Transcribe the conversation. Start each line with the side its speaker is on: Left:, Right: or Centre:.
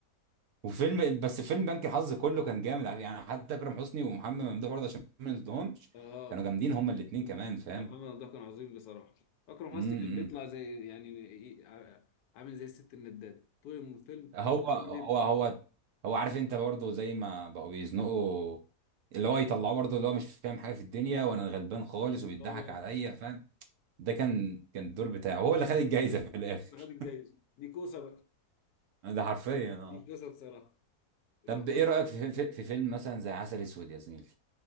Right: وفيلم بس فيلم بنك الحظ كله كان جامد على- يعني حتى اكرم حسني ومحمد ممدوح برضه عشان ما نسدهمش
Left: اه
Right: كانوا جامدين هما الاثنين كمان فاهم
Left: لا محمد ده كان عظيم بصراحة أكرم
Right: امم
Left: حسني كان
Right: إمم.
Left: بيطلع زي يعني إيه، ع- عامل زي الست الندادة طول الفيلم
Right: هو هو
Left: بيكذب.
Right: هو هو عارف انت برضه زي ما بقوا بيزنقوا اللي هو يطلعوه برضه اللي هو مش فاهم حاجه في الدنيا وانا غلبان خالص وبيضحك
Left: اه
Right: عليا فاهم ده كان كان الدور بتاعه هو اللي خد الجايزه في الاخر
Left: هو خد الجايزة دي كوسة بقى
Right: <laughs> ده حرفيا اه
Left: دي كوسة بصراحة محمد
Right: طب ايه رايك في, في, في فيلم مثلا زي عسل اسود يا زميلي